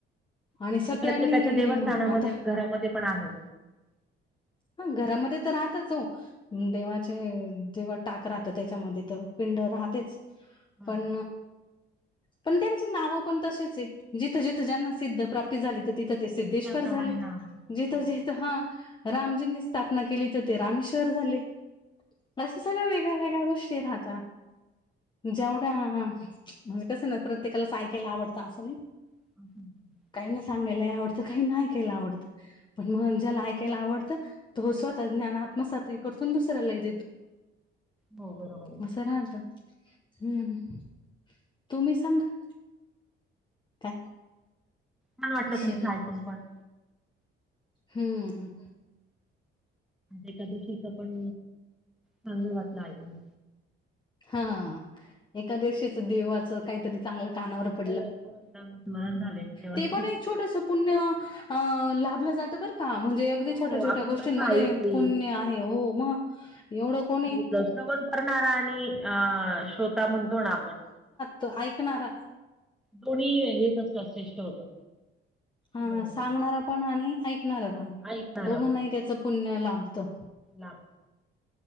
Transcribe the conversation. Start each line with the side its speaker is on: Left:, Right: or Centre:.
Left: आणि
Centre: म्हणजे
Left: सगळ्यांनी
Centre: प्रत्येकाच्या देवस्थानामध्ये
Left: आता
Centre: घरामध्ये पण आहे.
Left: हा घरामध्ये तर राहतच ओ. देवाचे जेव्हा टाक राहत त्याच्यामध्ये तर पिंड राहतेच.
Centre: हम्म.
Left: पण पण त्यांचे नाव पण तसेचय जिथं जिथं ज्यांना सिद्ध प्राप्त झाली तर तिथं ते सिद्धेश्वर
Centre: त्याप्रमाणे
Left: झाले
Centre: नाव आहे. हो.
Left: जिथं जिथं हा रामजींनी स्थापना केली तर ते रामेश्वर झाले अस सगळ वेगळ्या वेगळ्या गोष्टी राहता. जेवढा म्हणजे कसं ना प्रत्येकालाच आयकाला आवडतं असं नाही.
Centre: <inaudible>
Left: काही ना सांगायलाही आवडतं, काही ना एकायला आवडतं, पण मग ज्याला ऐकायला आवडतं तो स्वतः ज्ञान आत्मसात हि करतो न दुसऱ्यालाही देतो.
Centre: हो बरोबर आहे.
Left: असं राहतं, हम्म, तुम्ही सांगा काय
Centre: छान वाटलं
Left: शिव
Centre: तुमचं ऐकून पण.
Left: हम्म्म हम्म.
Centre: एकादशीचं पण, चांगलं वाटलं ऐकुण.
Left: हां ऽऽएकादिवशीचं देवाच काहीतरी चांगलं कानावर पडलं,
Centre: हो हो त्यांना स्मरण झालंय देवाचं.
Left: ते पण एक छोटंसं पुण्य अ लाभलं जातं बरं का, म्हणजे एक अगदी
Centre: हो
Left: छोट्या छोट्या
Centre: आपण
Left: गोष्टींमध्ये
Centre: कथा ऐकली.
Left: पुण्य आहे, हो मग, एवढं कोणी
Centre: तर श्रवण करणारा आणि अ श्रोता म्हणतो ना आपण
Left: तो ऐकणारा
Centre: कोणी हेच असतात, श्रेष्ठ होतात.
Left: हा
Centre: बरोबर
Left: सांगणार पण आणि ऐकणार पण,
Centre: ऐकणार
Left: दोघांनाही
Centre: आपण
Left: त्याचं पुण्य लाभतं.
Centre: लाभ